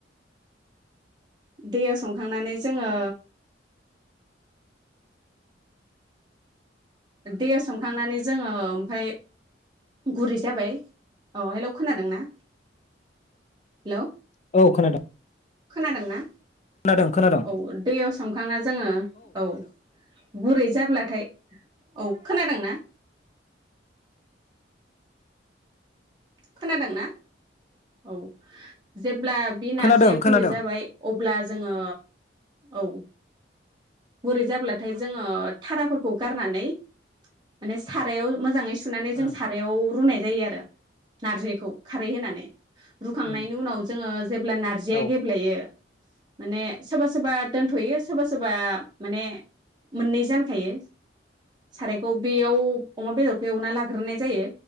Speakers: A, on the right; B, on the left.
A: दैयाव संखांनानै जोङो दैयाव सोमखांनानै जोङो ओमफ्राय गुरै जाबाय औ हेल खोनादोंना? हेलौ
B: औ खोनादों
A: खोनादोंना?
B: खोनादों खोनादों
A: औ दैयाव सोमखांना जोंङो औ गुरै जाब्लाथाय औ खोनादोंना? खोनादोंना? औ जे ब्ला बे नारजिया
B: खोनादों खोनादों
A: गुरै जाबाय अब्ला जोंङो औ गुरै जाब्लाथाय जोंङो थाराफोरखौ गारनानै माने सारायाव मोजांङै सु सुनानै
B: उम
A: जों सारायाव रुनाय जायो आरो नारजिखौ खारै होनानै रुखांनायनि
B: उम
A: उनाव जोङो जेब्ला नारजिया
B: औ
A: गेब्लेयो माने सोरबा सोरबा दोनथ'यो सोरबास सोरबा माने मोननै जानखायो सारायखौ बेयाव अमा बेदरखौ एवना लाग्रोनाय जायो